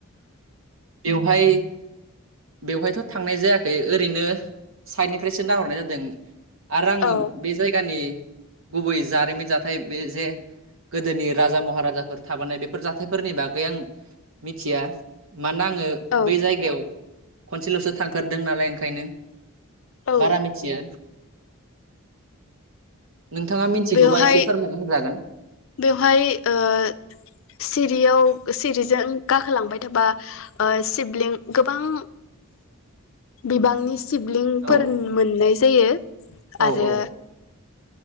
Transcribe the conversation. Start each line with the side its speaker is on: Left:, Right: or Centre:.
Right: बेवहाय बेवहायथ' थांनाय जायाखै ओरैनो साइडनिफ्रायसो नाहरनाय जादों। आरो आं
Left: औ
Right: बे जायगानि। गुबै जारिमिन जाथाय बे जे गोदोनि राजा महाराजाफोर थाबोनाय बेफोर जाथायफोरनि बागै आं मिथिया। मानोना आङो
Left: औ
Right: बै जायगायाव। खनसेल'सो थांफेरदों नालाय ओंखायनो।
Left: औ ओ
Right: बारा मिथियो। नोंथाङा मिथिगौबा
Left: बेवहाय
Right: एसे फोरमायनानै होनजागोन।
Left: बेवहाय ओ सिरियाव सिरिजों गाखोलांबाय थाबा सिबलिं गोबां बिबांनि। सिबलिंफोर
Right: औ
Left: मोननाय जायो
Right: औ
Left: आरो।
Right: औ